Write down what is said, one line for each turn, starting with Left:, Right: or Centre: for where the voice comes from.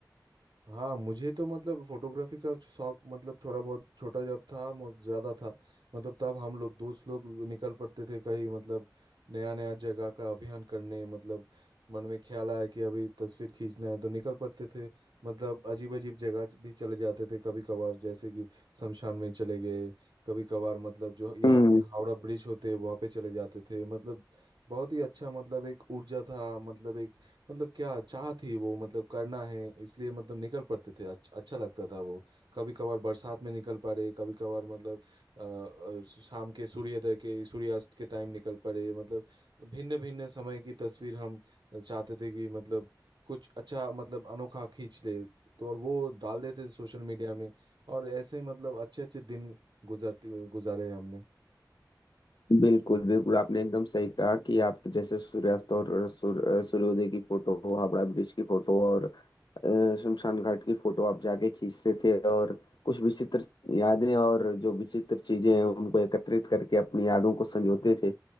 Right: हाँ मुझे तो मतलब फोटोग्राफी का शौक मतलब थोड़ा बहुत छोटा जब था मु- ज्यादा था मतलब तब हम लोग दोस्त लोग निकल पड़ते थे कहीं मतलब नया नया जगह का अभियान करने मतलब मन में ख्याल आया कि अभी तस्वीर खींचना है तो निकल पड़ते थे मतलब अजीब अजीब जगह भी चले जाते थे कभी कभार जैसे कि शमशान में चले गए कभी कभार मतलब जो यहाँ
Left: हम्म
Right: के हावड़ा ब्रिज होते हैं वहाँ पे चले जाते थे मतलब बहुत ही अच्छा मतलब एक ऊर्जा था मतलब एक मतलब क्या चाह थी वो मतलब करना है इसलिए मतलब निकल पड़ते थे अच्छ, अच्छा लगता था वो कभी कभार बरसात में निकल पड़े कभी कभार मतलब अ, अ, शाम के सूर्योदय के सूर्यास्त के टाइम निकल पड़े मतलब भिन्न भिन्न समय की तस्वीर हम चाहते थे कि मतलब कुछ अच्छा मतलब अनोखा खींच ले तो और वो डाल देते थे सोशल मीडिया में और ऐसे मतलब अच्छे अच्छे दिन गुजरते गुजारे हमने
Left: बिल्कुल बिल्कुल आपने एकदम सही कहा कि आप जैसे सूर्यास्त और सूर, सूर्योदय की फोटो हावड़ा ब्रिज की फोटो और अ, शमशान घाट की फोटो आप जाके खींचते थे और कुछ विचित्र यादें और जो विचित्र चीजें हैं उनको एकत्रित करके अपनी यादों को संजोते थे